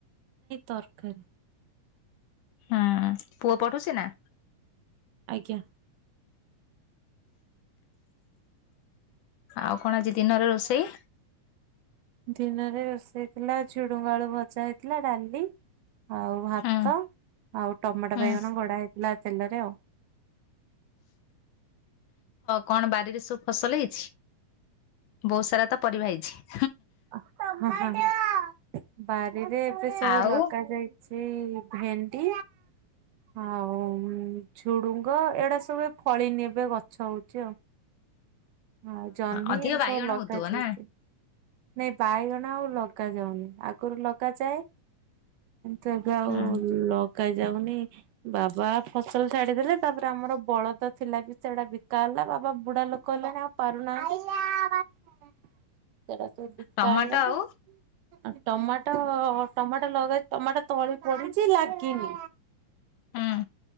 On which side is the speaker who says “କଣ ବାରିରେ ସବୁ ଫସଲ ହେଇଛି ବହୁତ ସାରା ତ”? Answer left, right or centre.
Left